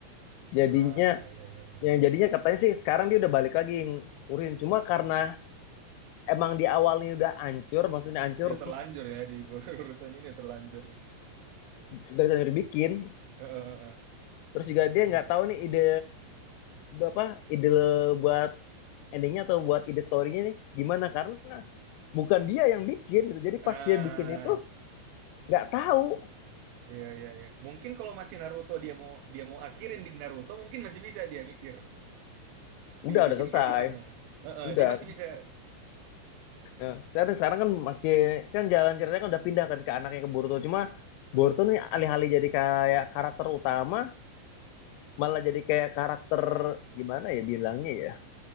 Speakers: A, on the left; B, on the right.
A: jadinya
B: Ah ya ya ya.
A: yang jadinya katanya sih sekarang dia udah balik lagi ngurusin cuma karena emang di awalnya udah ancur maksudnya ancur
B: Ya terlanjur ya di <laughs> Borutonya ini terlanjur.
A: dari dari bikin
B: Eh, eh, eh,
A: terus
B: terlanjur
A: juga dia
B: masuk.
A: nggak tahu nih ide apa ide buat endingnya atau buat ide storynya nih gimana karena bukan dia yang bikin gitu. jadi
B: Ah
A: pas dia bikin itu nggak tahu
B: Iya iya iya. Mungkin kalau masih Naruto dia mau dia mau akhirin di Naruto mungkin masih bisa dia mikir dibikin
A: udah udah selesai
B: kayak gimana. Heeh,
A: udah
B: dia masih
A: kan
B: bisa
A: Ya. sekarang sekarang kan makin kan jalan ceritanya kan udah pindah kan ke anaknya ke Boruto cuma
B: heeh.
A: Boruto nih alih-alih jadi kayak karakter utama malah jadi kayak karakter gimana ya bilangnya ya